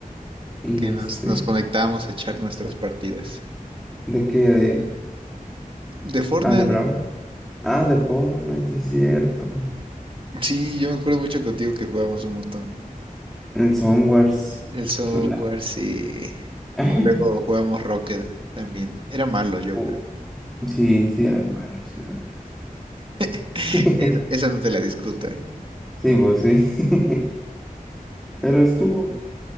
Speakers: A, in the centre; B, on the right (about 35°).
A: Y
B: que
A: este,
B: nos, nos conectábamos a echar nuestras partidas.
A: ¿de qué? De,
B: De Fortnite,
A: ah, de Brawl. Ah, de Fortnite, sí es cierto.
B: Sí, yo me acuerdo mucho contigo que jugábamos un montón.
A: El Songwars.
B: El software,
A: Chula.
B: sí.
A: <laughs>
B: O luego jugábamos Rocket también. Era malo yo,
A: Oh,
B: pero.
A: sí, sí, eras malo, sí, eras malo.
B: <laughs>
A: <laughs>
B: Esa esa no te la discuta, ¿eh?
A: Sí, pues sí. <laughs> Pero estuvo,